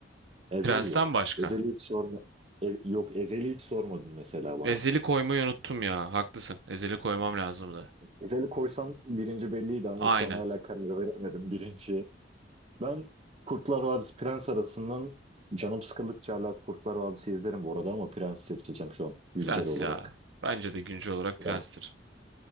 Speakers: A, on the right; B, on the right.
A: Ezel
B: Prens'ten
A: yok.
B: başka.
A: Ezel'i hiç sorma. E- yok Ezel'i hiç sormadın mesela bana.
B: Ezeli koymayı unuttum ya. Haklısın. Ezeli koymam lazımdı.
A: Özel'i koysam birinci belliydi ama
B: Aynen.
A: şu an hala karar veremedim birinci. Ben Kurtlar Vadisi Prens arasından canım sıkıldıkça hala Kurtlar Vadisi izlerim bu arada ama Prens seçeceğim şu an güncel
B: Prens
A: olarak.
B: ya. Bence de güncel olarak
A: Yani
B: prenstir.